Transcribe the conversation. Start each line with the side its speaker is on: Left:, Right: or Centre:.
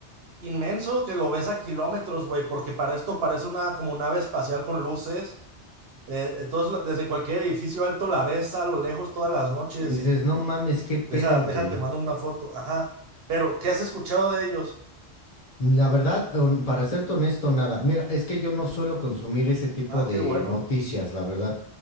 Right: inmenso que lo ves a kilómetros, güey, porque para esto parece una como nave espacial con luces. Eh, entonces, la- desde cualquier edificio alto la ves a lo lejos todas las noches.
Left: Y dices, no mames, qué pedo,
Right: Deja,
Left: güey.
Right: déjate, mando una foto. Ajá. Pero, ¿qué has escuchado de ellos?
Left: La verdad, hon- para serte honesto, nada. Mira, es que yo no suelo consumir ese tipo
Right: Ah,
Left: de
Right: qué bueno.
Left: noticias, la verdad.